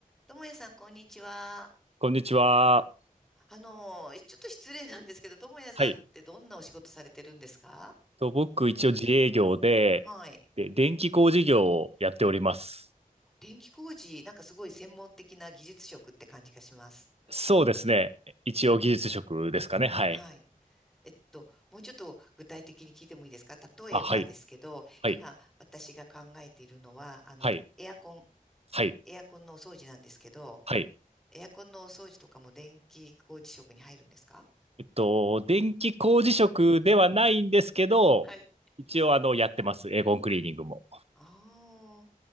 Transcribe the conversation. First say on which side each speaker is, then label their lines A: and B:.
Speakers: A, in the centre; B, on the right.
A: ともやさん、こんにちは。
B: こんにちは。
A: あの、ちょっと失礼なんですけど、ともやさんってどんなお仕事されてるんですか
B: はい。と、僕、一応自営業で、
A: はい。
B: で、電気工事業をやっております。
A: 電気工事、なんかすごい専門的な技術職って感じがします。
B: そうですね。一応技術職ですかね。はい。
A: はい。えっと、もうちょっと具体的に聞いてもいいですか例えばですけど、
B: あ、はい。
A: 今私が考えているのは、
B: はい。
A: あの、
B: はい。
A: エアコン、
B: はい。
A: エアコンのお掃除なんですけど、
B: はい。
A: エアコンのお掃除とかも電気工事職に入るんですか
B: えっと、電気工事職ではないんですけど、
A: はい、
B: 一応、あの、やってます。エーゴンクリーニングも。
A: ああ。